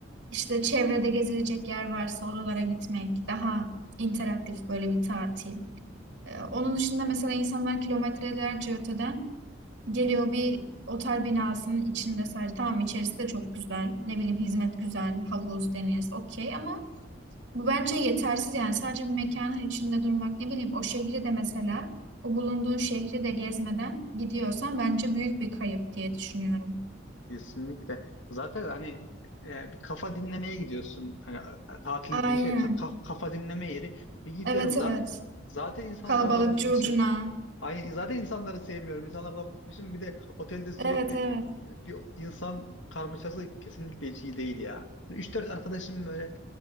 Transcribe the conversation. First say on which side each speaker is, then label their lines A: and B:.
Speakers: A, on the right (about 60°); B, on the left (about 75°).
A: işte çevrede gezilecek yer varsa oralara gitmek daha interaktif böyle bir tatil. Ee, onun dışında mesela insanlar kilometrelerce öteden Geliyor bir otel binasının içinde sadece. Tamam içerisi de çok güzel. Ne bileyim hizmet güzel, havuz, deniz okey ama bu bence yetersiz yani. Sadece bir mekanın içinde durmak ne bileyim o şehri de mesela o bulunduğun şehri de gezmeden gidiyorsan bence büyük bir kayıp diye düşünüyorum.
B: kesinlikle. Zaten hani e, bir kafa dinlemeye gidiyorsun. Hani e, tatil
A: Aynen.
B: dediğin şey ka- ka- kafa dinleme yeri. Bir gidiyorum
A: Evet evet.
B: za- zaten insanlardan
A: Kalabalık
B: bıkmışım
A: curcuna.
B: Aynen zaten insanları sevmiyorum. İnsanlardan bıkmışım. Bir de otelde sürekli
A: Evet evet.
B: e, bir insan karmaşası kesinlikle hiç iyi değil ya. 3-4 arkadaşım böyle